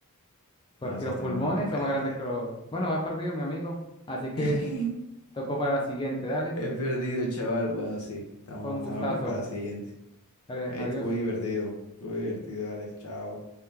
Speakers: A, on the left; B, on the left.
A: porque
B: No, sí,
A: los
B: estaba
A: pulmones
B: muy bu- bueno.
A: son más grandes
B: ya.
A: que los... Bueno, va perdido, mi amigo. Así que
B: <laughs>
A: tocó para la siguiente, dale.
B: He perdido, chaval. Bueno, sí, estamos,
A: Fue un gustazo.
B: estamos bien para la siguiente.
A: Dale,
B: Ey,
A: adiós.
B: estuvo divertido. Estuvo divertido, Alex. Chao.